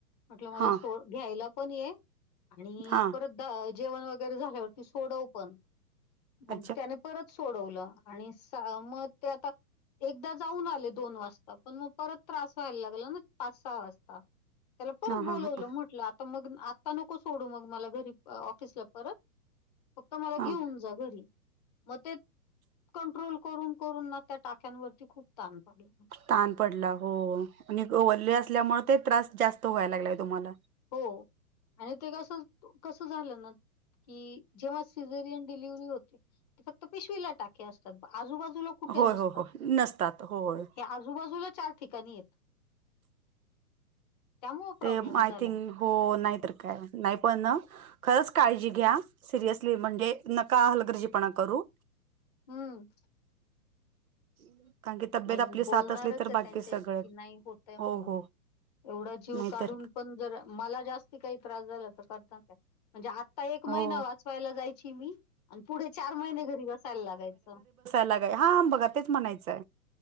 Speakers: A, on the left (about 25°); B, on the right (about 65°).
A: म्हटलं मला
B: हा
A: सो. घ्यायला पण ये आणि
B: हा
A: परत द जेवण वगैरे झाल्यावरती सोडव पण. मग
B: अच्छा
A: त्याने - परत सोडवलं. आणि सा मग ते आता एकदा जाऊन आले, दोन वाजता. पण मग परत त्रास व्हायला लागला ना, पाच - सहा वाजता. त्याला परत
B: हा
A: बोलवलं.
B: हा हा
A: म्हटलं, आता मग आत्ता नको सोडू. मग मला घरी - ऑफिसला परत. फक्त मला
B: हा
A: घेऊन जा, घरी. मग ते, कंट्रोल करून- करून ना, त्या टाक्यांवरती खूप ताण पडलं.
B: ताण पडला. हो आणि ग वल्ले असल्यामुळे, ते त्रास जास्त व्हायला लागलाय, तुम्हाला.
A: हो आणि ते कस, कसं झालं ना की, जेव्हा सीझरियन डिलिव्हरी होते. ते फक्त पिशवीला टाके असतात. आजूबाजूला कुठे
B: होय
A: नसतात.
B: हो हो नसतात होय
A: हे आजूबाजुला चार ठिकाणी येत. त्यामुळे प्रॉब्लेम
B: ते आय
A: झाला
B: थिंक हो, नाही तर काय? नाही पण ना खरंच काळजी घ्या. सिरियसली. म्हणजे, नका हलगर्जीपणा करू.
A: हम्म.
B: <unintelligible>
A: नाही, मी बोलणारचय,
B: साथ असली तर बाकी
A: त्यांच्याशी
B: सगळं
A: की, नाही होतय म्हणून.
B: हो हो
A: एवढा जीव
B: नाहीतर
A: काढून पण, जर मला जास्ती काही त्रास झाला, तर करता काय? म्हणजे आत्ता, एक
B: हो
A: महिना वाचवायला जायची मी. आणि पुढे चार महिने, घरी बसायला लागायचं.
B: लागा हा, बघा. तेच म्हणायचं.